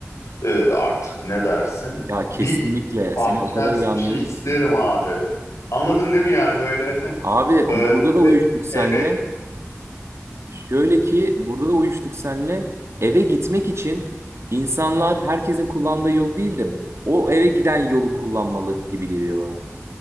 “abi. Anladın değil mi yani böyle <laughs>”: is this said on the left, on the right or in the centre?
Left